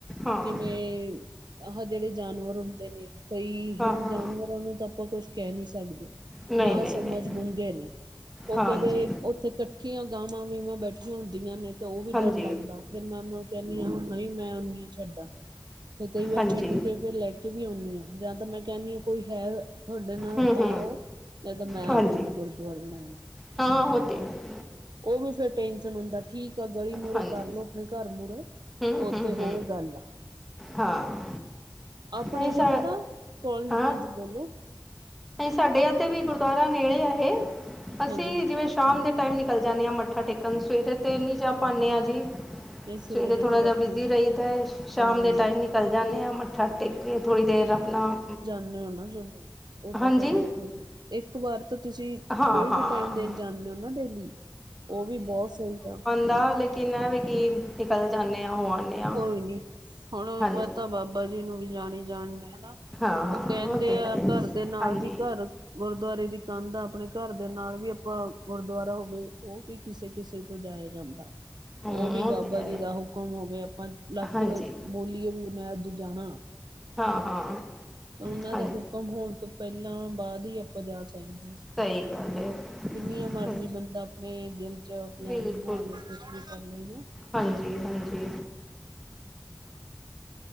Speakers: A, in the centre; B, on the right.
A: ਹਾਂ
B: ਜਿਵੇਂ ਆਹ ਜਿਹੜੇ ਜਾਨਵਰ ਹੁੰਦੇ ਨੇ ਕਈ
A: ਹਾਂ
B: ਹੁਣ
A: ਹਾਂ
B: ਜਾਨਵਰਾਂ ਨੂੰ ਤਾਂ ਆਪਾਂ ਕੁਛ ਕਹਿ ਨਹੀਂ ਸਕਦੇ
A: ਨਹੀਂ
B: ਨਾ
A: ਨਹੀਂ
B: ਸਮਝ
A: ਨਹੀਂ
B: ਗੂੰਗੇ ਨੇ ਉਹ
A: ਹਾਂਜੀ
B: ਕਦੇ ਉੱਥੇ ਇਕੱਠੀਆਂ ਗਾਵਾਂ ਵੀਵਾਂ ਬੈਠੀਆਂ ਹੁੰਦੀਆਂ ਨੇ ਤਾਂ ਉਹ ਵੀ
A: ਹਾਂਜੀ
B: ਡਰ ਲੱਗਦਾ। ਫੇਰ ਮੈਂ ਉਹਨਾਂ ਨੂੰ ਕਹਿੰਦੀ ਹਾ ਨਹੀਂ ਮੈਂ ਓਨੀ ਹਾਂ ਛੱਡਾਂ ਫਿਰ ਕਈ ਵਾਰ
A: ਹਾਂਜੀ
B: ਛੱਡ ਕੇ ਫਿਰ ਲੈ ਕੇ ਵੀ ਆਉਂਦੀ ਆ ਜਾਂ ਤਾਂ ਮੈਂ ਕਹਿਦੀ ਹਾਂ ਕੋਈ ਹੈ ਤੁਹਾਡੇ ਨਾਲ
A: ਹੂੰ
B: ਤਾਂ
A: ਹੂੰ
B: ਓ, ਨਹੀਂ ਤਾਂ ਮੈਂ
A: ਹਾਂਜੀ
B: ਆ ਜੂਗੀ ਗੁਰਦੁਆਰੇ ਲੈਣ
A: ਹਾਂ, ਹ ਤੇ ਹੈ। <unintelligible>
B: ਉਹ ਵੀ ਫੇਰ ਟੈਨਸ਼ਨ ਹੁੰਦਾ ਠੀਕ ਆ ਗਲੀ ਮੂਹਰੇ
A: ਹਾਂਜੀ
B: ਕਰਲੋ ਆਪਣੇ ਘਰ ਮੂਹਰੇ
A: ਹੂੰ
B: ਉਹ
A: ਹੂੰ
B: ਤੇ ਹੋਰ
A: ਹੂੰ
B: ਗੱਲ ਐ
A: ਹਾਂ
B: ਆਪਣੇ
A: ਨਹੀਂ ਸਰ
B: ਤੇ ਪਤਾ ਕੋਲ
A: ਹਾਂ
B: ਹਾਂਜੀ ਬੋਲੋ
A: ਸਾਡੇ ਇੱਥ ਵੀ ਗੁਰਦੁਆਰਾ ਨੇੜੇ ਹੈ ਅਸੀਂ
B: ਹਾਂਜੀ ਹਾਂਜੀ
A: ਜਿਵੇਂ ਸ਼ਾਮ ਦੇ ਟਾਈਮ ਨਿਕਲ ਜਾਂਦੇ ਹਾਂ ਮੱਥਾ ਟੇਕਣ ਸਵੇਰੇ 'ਤੇ ਨਹੀਂ ਜਾ ਪਾਉਂਦੇ ਹਾਂ ਜੀ
B: ਨਹੀਂ
A: ਸਵੇਰੇ
B: ਫਿਰ
A: ਥੋੜਾ ਜਿਹਾ
B: ਆਪਣੇ
A: ਬਿਜ਼ੀ ਰਹੀ ਦਾ ਐ ਸ਼ਾਮ
B: ਹਮ
A: ਦੇ ਟਾਈਮ ਨਿਕਲ ਜਾਨੇ ਆਂ ਮੱਥਾ ਟੇਕ ਕੇ ਥੋੜ੍ਹੀ ਦੇਰ ਆਪਣਾ
B: ਨਾ ਨਾ ਜ਼ਰੂਰ ਉਹ ਤਾਂ
A: ਹਾਂਜੀ
B: ਚੱਲੋ ਆਪਣੇ ਇੱਕ ਵਾਰ ਤਾਂ ਤੁਸੀਂ
A: ਹਾਂ
B: ਕੋਈ
A: ਹਾਂ
B: ਵੀ ਟਾਈਮ ਦੇਣ ਜਾਂਦੇ ਹੋ ਨਾ ਡੇਲੀ ਉਹ ਵੀ ਬਹੁਤ ਸੋਹੀ ਆ
A: ਦਾ ਲੇਕਿਨ, ਐ ਵੀ ਕੀ ਨਿਕਲ ਜਾਂਦੇ ਹਾਂ ਹੋ ਆਦੇ ਹ
B: ਕੋਈ ਨੀ ਹੁਣ
A: ਹਾਂਜੀ
B: ਪਤਾ ਬਾਬਾ ਜੀ ਨੂੰ ਵੀ ਜਾਣੀ ਜਾਣ ਹਨਾ
A: ਹਾਂ ਹਾਂ
B: ਉਹ ਕਹਿੰਦੇ
A: ਤੇ
B: ਆ
A: ਹੈ
B: ਘਰ ਦੇ ਨਾਲ
A: ਹਾਂਜੀ
B: ਵੀ ਘਰ ਗੁਰਦੁਆਰੇ ਦੀ ਕੰਧ ਆ ਆਪਣੇ ਘਰ ਦੇ ਨਾਲ ਵੀ ਆਪਾਂ ਗੁਰਦੁਆਰਾ ਹੋਵੇ ਉਹ ਵੀ ਕਿਸੇ ਕਿਸੇ ਤੋਂ ਜਾਇਆ ਜਾਂਦਾ
A: ਹਮ
B: ਉਹ ਵੀ ਬਾਬਾ
A: ਤੇ ਹੈ
B: ਜੀ ਦਾ ਹੁਕਮ ਹੋਵੇ ਆਪਾਂ ਲੱਖ
A: ਹਾਂਜੀ
B: ਬੋਲੀਏ ਵੀ ਮੈਂ ਅੱਜ ਜਾਣਾ
A: ਹਾਂ ਹਾਂ
B: ਤਾਂ ਉਹਨਾਂ
A: ਹਾਂਜੀ
B: ਦਾ ਹੁਕਮ ਹੋਣ ਤੋਂ ਪਹਿਲਾਂ ਬਾਅਦ ਹੀ ਆਪਾਂ ਜਾ ਸਕਦੇ ਹਾਂ <unintelligible>
A: ਸਹੀ ਗੱਲ
B: ਕਿੰਨੀਆਂ
A: ਹੈ
B: ਮਰਜੀ ਬੰਦਾ ਆਪਣੇ ਦਿਲ ਚ ਪਲੈਨ
A: ਬਿਲਕੁਲ
B: ਬਣਾ ਲਵੇ ਕੁਛ ਵੀ ਕਰ ਲਓ।
A: ਹਾਂਜੀ ਹਾਂਜੀ